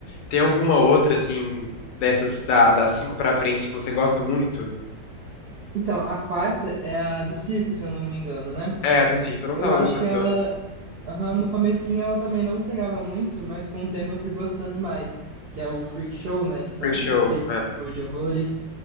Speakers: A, on the left; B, on the right.
A: Tem alguma outra, assim, dessas da, das cinco pra frente que você gosta muito?
B: Então, a quarta é a do circo, se eu não me engano, né?
A: É, a do circo. Eu não
B: Eu
A: tava
B: acho
A: gostando
B: que ela
A: tanto.
B: Aham, no comecinho ela também não me pegava muito, mas com o tempo eu fui gostando mais, que é o Freak Show, né, que são
A: Freak Show,
B: o circo
A: é.
B: show de horrores.